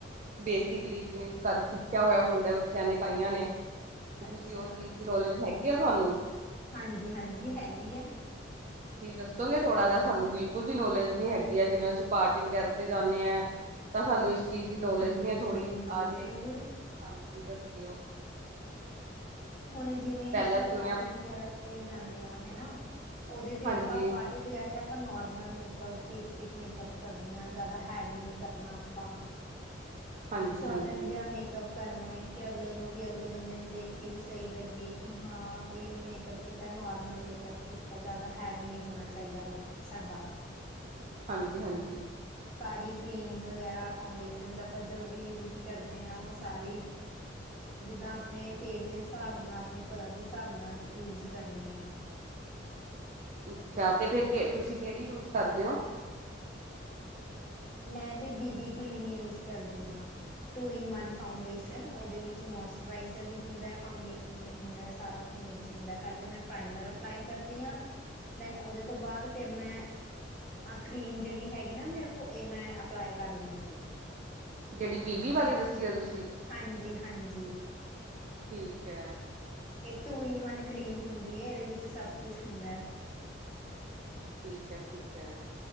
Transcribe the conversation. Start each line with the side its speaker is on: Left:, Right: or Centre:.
Right: ਬੇਸਿਕਲੀ ਜਿਵੇਂ ਘ ਸਿੱਖਿਆ ਹੋਇਆ ਹੁੰਦਾ ਬੱਚਿਆਂ ਨੇ ਕਈਆਂ ਨੇ ਤੇ ਤੁਸੀਂ
Centre: ਅੱਛਾ
Right: ਉਹ ਚੀਜ਼ ਦੀ ਨੌਲੇਜ ਹੈਗੀ ਆ ਤੁਹਾਨੂੰ
Centre: ਹਾਂਜੀ ਹਾਂਜੀ ਹੈਗੀ ਹੈ
Right: ਤੁਸੀਂ ਦੱਸੋਗੇ ਥੋੜਾ ਜਿਹਾ ਸਾਨੂੰ ਬਿਲਕੁਲ ਵੀ ਨੌਲੇਜ ਨੀ ਹੈਗੀ ਹੈ ਜਿਵੇਂ ਅਸੀਂ ਪਾਰਟੀ ਵਗੈਰਾ ਤੇ ਜਾਂਦੇ ਹਾਂ ਤਾਂ ਸਾਨੂੰ ਇਸ ਚੀਜ਼ ਦੀ ਨੌਲੇਜ
Centre: ਹਾਂਜੀ
Right: ਨਹੀਂ ਹੈ ਥੋੜੀ
Centre: ਜ਼ਰੂਰ
Right: ਆ
Centre: ਜੀ
Right: ਜੇ
Centre: ਜ਼ਰੂਰ
Right: ਹਾਂਜੀ ਦੱਸਿਓ
Centre: ਹੁਣ ਜਿਵੇਂ
Right: ਪਹਿਲਾਂ
Centre: ਅਸੀਂ
Right: ਜਿਵੇਂ
Centre: ਪਾਰਟੀ ਵਗੈਰਾ ਤੇ ਜਾਂਦੇ ਹਾਂ ਹਨਾ ਉਹਦੇ ਤੇ
Right: ਹਾਂਜੀ
Centre: ਆਪਾਂ ਪਾਰਟੀ ਵਗੈਰਾ ਤੇ ਆਪਾਂ ਨੋਰਮਲ ਮੇਕਅੱਪ ਬੇਸਿਕ ਮੇਕਅੱਪ ਕਰਦੇ ਹਾਂ ਜ਼ਿਆਦਾ ਹੈਵੀ ਨਹੀ ਕਰਨਾ ਆਪਾਂ
Right: ਹਾਂਜੀ
Centre: ਸੋਟਨ
Right: ਹਾਂਜੀ
Centre: ਜ ਆ ਮੇਕਅਪ ਕਰਨਾ ਹੈ ਕਿ ਅਗਲੇ ਨੂੰ ਵੀ ਅਗਲੇ ਬੰਦੇ ਨੂੰ ਦੇਖ ਕੇ ਵੀ ਸਹੀ ਲੱਗੇ ਕਿ ਹਾਂ ਬਈ ਇਹਨੇ ਮੇਕਅਪ ਕੀਤਾ ਨੋਰਮਲ ਮੇਕਅਪ ਕੀਤਾ ਜ਼ਿਆਦਾ ਹੈਵੀ ਨਹੀਂ ਹੋਣਾ ਚਾਹੀਦਾ ਮੇਕਅਪ ਸਾਡਾ
Right: ਹਾਂਜੀ ਹਾਂਜੀ
Centre: ਸਾਰੀ ਕਰੀਮ ਵਗੈਰਾ ਫਾਊਂਡੇਸ਼ਨ ਆਪਾਂ ਜੋ ਵੀ ਯੂਜ ਕਰਦੇ ਹਾਂ ਉਹ ਸਾਰੀ ਜਿੱਦਾਂ ਆਪਣੇ ਫੇਸ ਦੇ ਹਿਸਾਬ ਨਾਲ ਆਪਣੇ ਕਲਰ ਦੇ ਹਿਸਾਬ ਨਾਲ ਯੂਜ ਕਰਨੀ ਹੈ
Right: ਅੱਛਾ ਤੇ ਫਿਰ ਕੇ ਤੁਸੀਂ ਕਿਹੜੀ ਯੂਜ ਕਰਦੇ ਹੋ
Centre: ਮੈਂ ਤੇ ਬੀਬੀ ਕਰੀਮ ਯੂਜ ਕਰਦੀ ਹਾਂ। ਟੂ ਇਨ ਵਨ ਫਡੇ ਉਹਦੇ ਵਿੱਚ ਮੋਚਰਾਈਰ ਵੀ ਹੁੰਦਾ, ਫਡੇਸਨ ਵੀ ਹੁੰਦਾ ਹੈ ਸਾਰਾ। ਮਿਕਸ ਹੁੰਦਾ ਪਹਿ ਮੈਂ ਪ੍ਰਾਈਮਰ ਅਪਲਾਈ ਕਰਦੀ ਹਾਂ। ਦੈਨ ਉਹਦੇ ਤੋਂ ਬਾਅਦ ਫਿਰ ਮੈਂ ਆ ਕਰੀਮ ਜਿਹੜੀ ਹੈਗੀ ਨਾ ਮੇਰੇ ਕੋਲ ਇਹ ਮੈਂ ਅਪਲਾਈ ਕਰ ਲੈਂਦੀ ਆ।
Right: ਜਿਹੜੀ ਬੀਬੀ ਵਾਲੀ ਦੱਸੀ ਓ ਤੁਸੀਂ
Centre: ਹਾਂਜੀ- ਹਾਂਜੀ।
Right: ਠੀਕ ਹੈ।
Centre: ਇਹ ਟੂ ਇਨ ਵਨ ਕਰੀਮ ਹੁੰਦੀ ਹੈ। ਇਹਦੇ ਵਿੱਚ ਸਭ ਕੁਛ ਹੁੰਦਾ ਹੈ।
Right: ਠੀਕ ਆ ਠੀਕ ਹੈ।